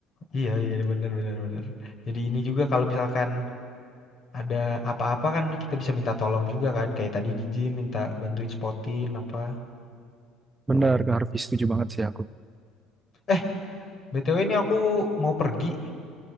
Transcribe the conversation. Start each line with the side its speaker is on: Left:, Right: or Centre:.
Left: Iya, iya, benar, benar, benar. Jadi ini juga kalau misalkan ada apa-apa kan kita bisa minta tolong juga kan. Kayak tadi di gym minta bantuin spotin apa.
Right: Benar Kak Harvey, setuju banget sih aku.
Left: Eh, BTW ini aku mau pergi.